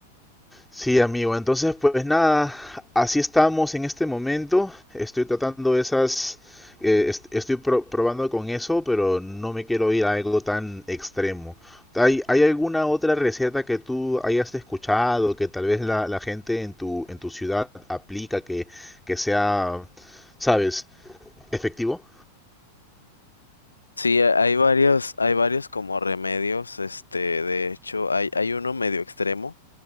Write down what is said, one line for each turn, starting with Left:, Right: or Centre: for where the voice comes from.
Centre: Sí, amigo. Entonces, pues nada, así estamos en este momento. Estoy tratando esas, eh, est- estoy pro- probando con eso, pero no me quiero ir a algo tan extremo. ¿Hay, hay alguna otra receta que tú hayas escuchado, que tal vez la, la gente en tu, en tu ciudad aplica, que, que sea, sabes, efectivo?
Left: Sí, ha- hay varios, hay varios como remedios, este, de hecho, hay, hay uno medio extremo